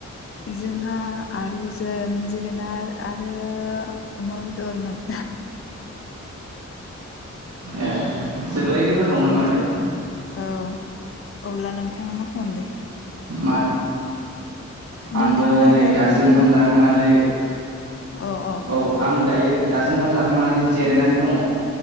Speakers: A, on the left; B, on the right.
A: जोंहा आलुजों जोगोनार आरो अमा बेदरमोन
B: ए जोबोरैनो
A: अ
B: गोथावमोन
A: नोंथां
B: माथो
A: औ अब्ला नोंथाङा मा खालामदो
B: मा
A: नोंथाङा
B: आंबो नै
A: दायो
B: दासो
A: मा खालामबाय
B: ओंखाम जाखांनानै
A: दं अ अ
B: औ
A: अ
B: आं दायो दासो ओंखाम जाखांनानै जिरायनानै दङ